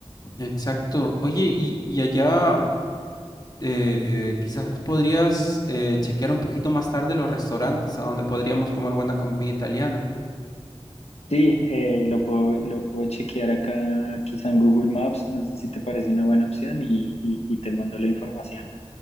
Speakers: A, on the left; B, on the left.
A: exacto. Oye, y, y allá. eh, eh, quizás podrías eh, chequear un poquito más tarde los restaurantes a donde podríamos comer buena comida italiana.
B: Sí, eh, lo puedo, lo puedo chequear acá, quizá en Google Maps, no sé si te parece una buena opción y, y, y te mando la información.